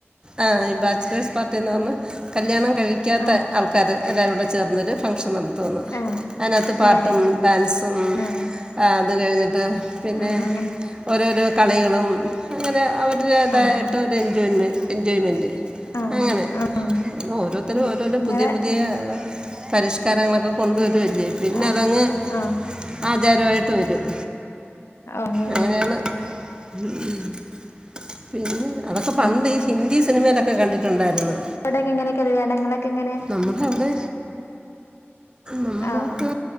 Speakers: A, on the right; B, on the left.
A: ആഹ് ഈ ബാച്ചലേഴ്സ് പാർട്ടീന്ന് പറഞ്ഞ
B: ഉം
A: കല്യാണം കഴിക്കാത്ത
B: ആഹ്
A: ആൾക്കാര് എല്ലാവരും കൂടെ ചേർന്നെര് ഫങ്ഷെൻ എട്ത്തുന്ന്
B: ആഹ്
A: അതിനാത്ത് പാട്ടും,
B: ഏ
A: ഡാൻസും,
B: ആഹ്
A: ആഹ് അത് കഴിഞ്ഞിട്ട്. പിന്നെ
B: ആഹ് അങ്ങനെ
A: ഓരോരോ കളികളും. അങ്ങനെ അവരുടേതായിട്ട്
B: ആഹ്
A: ഒരു എൻജോയിൻമെ എൻജോയ്മെൻറ്
B: ആഹ്
A: അങ്ങനെ,
B: ആഹ്
A: അങ്ങനെ ഓരോരുത്തരും
B: ഉം
A: ഓരോരെ
B: ഇങ്ങളെ
A: പുതിയ, പുതിയ.
B: ഉം
A: പരിഷ്കാരങ്ങളൊക്കെ കൊണ്ടുവരു
B: ഉം
A: ല്ലേ... പിന്നെ
B: ആഹ്
A: അതങ്ങ്.
B: ആഹ്
A: ആചാരയിട്ട് വരും.
B: അങ്ങനെല്ലേ
A: അങ്ങനെയാണ്. ഉം. പിന്നെ, അതൊക്കെ പണ്ട്
B: ഉം
A: ഈ ഹിന്ദി സിനിമയിലൊക്കെ കണ്ടിട്ടുണ്ടായിരുന്നു.
B: അവിടെക്കെ, എങ്ങനെ കല്ലൃണങ്ങളെക്കെ എങ്ങനെ
A: നമ്മക്കുണ്ട്. നമ്മുക്ക്
B: ആഹ്